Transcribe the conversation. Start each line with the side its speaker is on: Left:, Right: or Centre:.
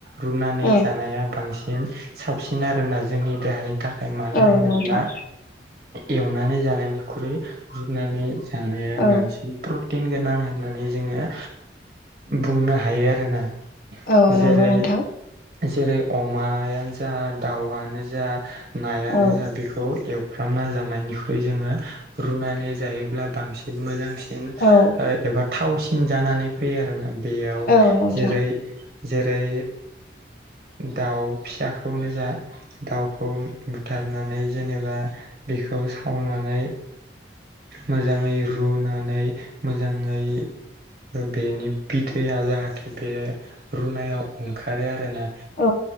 Right: रुनानै
Left: औ
Right: जानाया बांसिन साबसिन आरोना जोंनि देहाय। थाखाय मानो
Left: औ
Right: होनोब्ला
Left: नोंथां
Right: एवनानै जानायनिख्रुइ रुुबनानै। जानाया
Left: औ
Right: बांसिन प्रटिन गोनां। होननानै जोङो बुंनो हायो आरोना
Left: औ नंगौ
Right: जेरै
Left: नोंथां
Right: जेरै अमायानो जा दाउआनो जा नायानो
Left: औ
Right: जा बेखौ एवफ्रामना जानायनिख्रुइ जोङो रुनानै जायोब्ला बांसिन। मोजांसिन
Left: औ
Right: एबा थावसिन जानानै फैयो आरो ना बेयाव
Left: औ नोंथां
Right: जेरै जेरै दाउ फिसाखौनो जा। दाउखौ बुथारनानै जेनेबा बेखौ सावनानै। मोजाङै रुनानै मोजाङै। बेनि बिथैया जाहाथे बे रुनायाव। ओंखारो आरोना
Left: औ